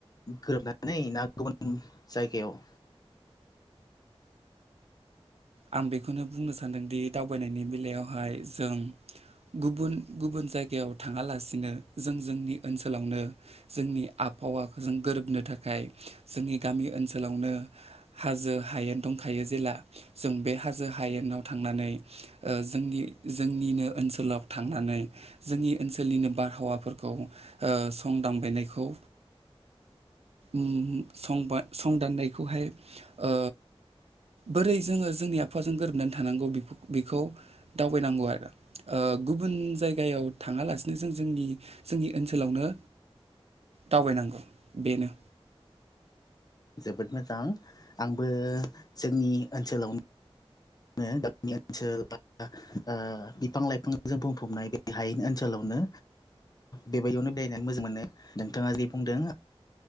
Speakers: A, on the left; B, on the right.
A: गोरोबनानै ना गुबुन जायगायाव
B: आं बेखौनो बुंनो सान्दोंदि दावबायनायनि बेलायावहाय जों गुबुन गुबुन जायगायाव थाङालासिनो जों जोंनि ओनसोलावनो जोंनि आबहावा जों गोरोबनो थाखाय जोंनि गामि ओनसोलावनो हाजो हायेन दंखायो जेला जों बे हाजो हायेनाव थांनानै ओ जोंनि जोंनिनो ओनसोलाव थांनानै जोंनि ओनसोलनिनो बारहावाफोरखौ ओ संदांबायनायखौ
A: <inaudible>
B: उम संबा संदाननायखौहाय ओ बोरै जोङो जोंनि आफाजों गोरोबनानै थानांगौ बेखौ दावबायनांगौ ओ आरो गुबुन जायगायाव थाङालासिनो जों जोंनि जोंनि ओनसोलावनो दावबायनांगौ बेनो
A: जोबोद मोजां आंबो जोंनि ओनसोलाव गामिनि ओनसोल बा बिफां लाइफां जों बुंफबनाय बे हायनि ओनसोलावनो बेबायदियावनो बेरायनानै मोजां मोनो नोंथाङा जे बुंदों।